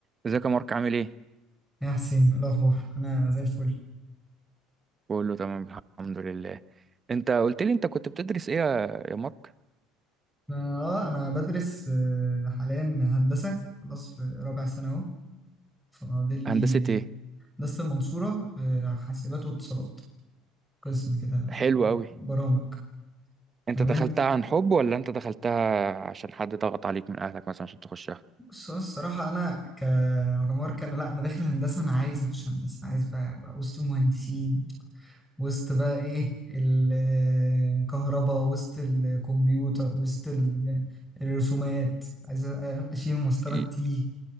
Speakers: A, on the right (about 30°); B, in the centre.
A: ازيك يا مارك عامل ايه
B: يا حسين إيه الأخبار أنا زي الفل
A: بقول له تمام الحمد لله انت قلت لي انت كنت بتدرس ايه يا يا مارك
B: أنا آه أنا بدرس آه، حاليا هندسة خلاص في رابع سنة أهو فاضل لي
A: هندسة ايه
B: هندسة المنصورة آه، حاسبات واتصالات قسم كده
A: حلو
B: ب-
A: قوي
B: برامج
A: انت
B: آه،
A: دخلتها
B: وأنت
A: عن حب ولا انت دخلتها عشان حد ضغط عليك من اهلك مثلا عشان تخشها
B: بص أنا الصراحة أنا كعمر كان لأ أنا داخل هندسة أنا عايز أخش هندسة عايز بقى, بقى وسط المهندسين وسط بقى إيه الكهرباء وسط الكمبيوتر وسط ال- الرسومات عايز أ- أشيل مسطرة
A: إيه.
B: تي